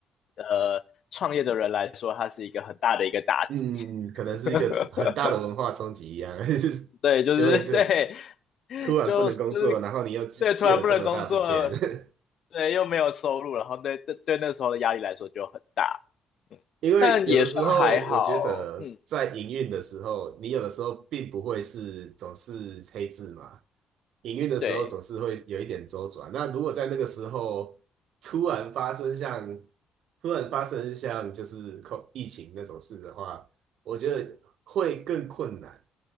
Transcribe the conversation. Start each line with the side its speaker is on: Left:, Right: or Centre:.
Left: 呃创业的人来说，它是一个很大的一个打击。
Right: 嗯，可能是一个冲很大的文化冲击一样，
Left: <laughs>
Right: <laughs> 就是就会这
Left: 对，就是对，
Right: 突然不能工作，
Left: 就就是对，
Right: 然后你又借借了这么大笔钱。
Left: 突然不能工作，
Right: <laughs>
Left: 对，又没有收入，然后对对对，那时候的压力来说就很大。嗯但也算还好，
Right: 因为有的时候，我觉得在营运的时候，
Left: 嗯。
Right: 你有的时候并不会是总是黑字嘛。营运的时候总是会有一点周转。
Left: 对
Right: 那如果在那个时候突然发生像突然发生像就是疫情那种事的话，我觉得会更困难。